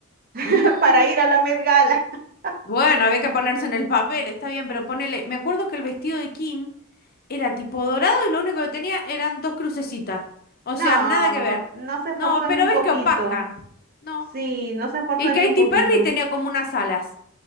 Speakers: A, on the right (about 45°); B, on the left (about 45°).
A: <laughs>
B: Mm.
A: para ir a la Met Gala. <laughs>
B: Bueno, había que ponerse en el papel, está bien, pero ponele. Me acuerdo que el vestido de Kim era tipo dorado y lo único que tenía eran dos crucecitas. O
A: No,
B: sea, nada que ver.
A: no se esforzó
B: No, pero
A: ni un
B: ves
A: poquito.
B: que opacan. No.
A: Sí, no se esforzó
B: Y Katy
A: ni un poquito.
B: Perry tenía como unas alas